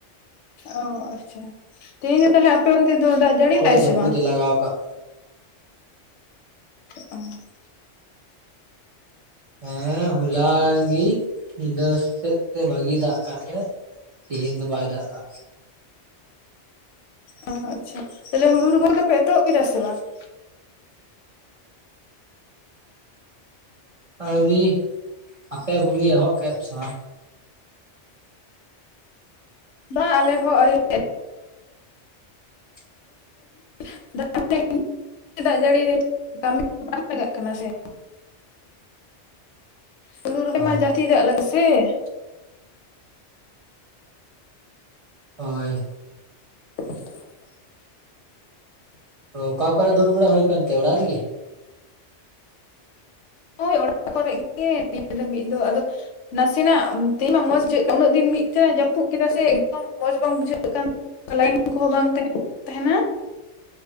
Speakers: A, on the left; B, on the right.
A: ᱚ ᱟᱪᱪᱷᱟ ᱛᱮᱦᱮᱸᱧ ᱫᱚᱸ ᱛᱟᱦᱚᱸᱞᱮ ᱟᱯᱮ ᱚᱱᱛᱮ ᱫᱚ ᱫᱟᱜ ᱡᱟᱹᱲᱤ
B: ᱦᱚᱭ
A: ᱞᱮᱫᱟᱭ
B: ᱡᱟᱹᱯᱩᱫ
A: ᱥᱮ ᱵᱟᱝ
B: ᱮ ᱞᱟᱜᱟᱣ ᱠᱟᱜ
A: ᱦ <inaudible>
B: ᱦᱮᱸ ᱦᱚᱞᱟ ᱜᱤ ᱧᱤᱫᱟᱹ ᱥᱮᱫ ᱛᱮ ᱵᱷᱟᱜᱤ ᱫᱟᱜ ᱟᱠᱟᱫ ᱛᱮ᱾ ᱛᱦᱤᱧ ᱫᱚ ᱵᱟᱭ ᱫᱟᱜ ᱟᱠᱟᱜ-ᱟ᱾
A: ᱚ ᱟᱪᱪᱷᱟ ᱛᱟᱦᱚᱞᱮ ᱦᱩᱲᱩ ᱨᱚᱦᱚᱭ ᱫᱚᱯᱮ ᱮᱛᱚᱦᱚᱵ ᱠᱮᱫᱟ ᱥᱮ ᱵᱟᱝ ᱾
B: ᱟᱹᱣᱨᱤ ᱟᱯᱮ ᱠᱚᱜᱮ ᱮᱦᱚᱵ ᱠᱮᱜ-ᱟ ᱥᱮ ᱵᱟᱝ ᱾
A: ᱵᱟᱝ ᱟᱞᱮ ᱦᱚᱸ ᱟᱣᱨᱤ <inaudible>
B: <inaudible>
A: <inaudible> ᱠᱟᱹᱢᱤ ᱠᱚ ᱵᱟᱝ ᱞᱟᱜᱟᱜ ᱠᱟᱱᱟ ᱥᱮ ᱾
B: <inaudible>
A: ᱦᱩᱲᱩ ᱨᱚᱦᱚᱭ
B: ᱦᱳᱭ
A: ᱢᱟ ᱡᱟᱹᱥᱛᱤ ᱫᱟᱜ ᱞᱟᱜᱟᱜ-ᱟ ᱥᱮ ᱾
B: ᱦᱚᱭ
A: <inaudible>
B: ᱚ ᱚᱠᱟ ᱠᱚᱨᱮ ᱫᱩᱲᱩᱵ ᱵᱟᱲᱟ ᱦᱩᱭ ᱠᱟᱱᱛᱮ ᱚᱲᱟᱜ ᱨᱮᱜᱮ ᱾
A: ᱦᱳᱭ ᱚᱲᱟᱜ ᱠᱚᱨᱮ ᱜᱮ ᱱᱤᱭᱟᱹ ᱫᱷᱟᱹᱵᱤᱡ ᱫᱚ ᱟᱫᱚ ᱱᱟᱥᱮᱱᱟᱜ ᱛᱮᱦᱮᱧ ᱢᱟ ᱢᱚᱸᱡᱽ ᱵᱩᱡᱷᱟᱹᱜ ᱠᱟᱱ ᱩᱱᱟᱹᱜ ᱫᱤᱱ ᱢᱤᱫ ᱛᱮ ᱡᱟᱹᱯᱩᱫ ᱠᱮᱫᱟ ᱥᱮ ᱮᱠᱫᱚᱢ ᱢᱚᱸᱡᱽ ᱵᱟᱝ ᱵᱩᱡᱷᱟᱹᱜ ᱠᱟᱱᱟ ᱾ ᱞᱟᱭᱤᱱ ᱠᱚᱦᱚᱸ ᱵᱟᱝ ᱛᱟᱦᱮᱱ ᱛᱟᱦᱮᱱᱟ ᱾